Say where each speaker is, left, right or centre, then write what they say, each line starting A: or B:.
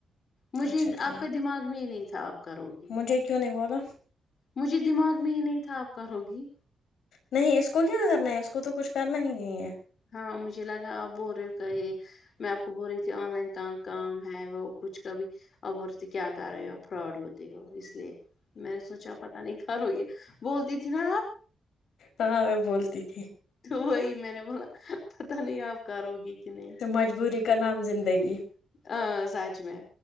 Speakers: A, on the left (about 45°); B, on the left (about 75°).
A: مجھے
B: اچھا ٹھیک
A: آپ کا دماغ میں ہی نہیں تھا آپ کا روگی
B: مجھے کیوں نہیں بولا
A: مجھے دماغ میں ہی نہیں تھا آپ کر ہوگی
B: نہیں اس کو کیا کرنا ہے اس کو تو کچھ کرنا ہی نہیں ہے
A: ہاں مجھے لگا آپ بول رہے ہو کہ یہ میں آپ کو بول رہی تھی آن لائن کا کام ہے وہ کچھ کبھی اپ بولی کیا کر رہے ہو فراڈ ہوتے ہو اس لیے میں نے سوچا پتا نہیں کر ہو یہ بولتی تھی نا آپ
B: ہاں میں بولتی تھی
A: تو وہی میں نے بولا پتا نہیں آپ کروگی کہ نہیں
B: تو مجبوری کا نام زندگی
A: ا سچ میں